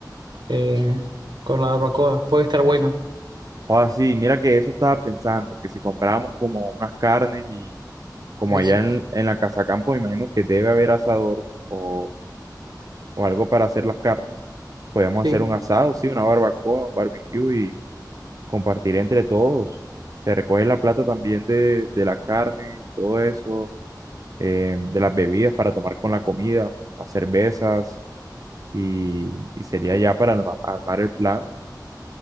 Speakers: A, on the right; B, on the right.
A: eh, con la barbacoa. Puede estar bueno,
B: O así, mira que eso estaba pensando, que si comprábamos como unas carnes y como
A: eso.
B: allá en, en la casa campo, me imagino que debe haber asador o, o algo para hacer las carnes, podemos hacer
A: Sí,
B: un asado, sí, una barbacoa, un barbecue compartir entre todos. Se recoge la plata también de, de la carne, y todo eso, eh, de las bebidas para tomar con la comida, las cervezas, y, y sería ya para alma- armar el plan.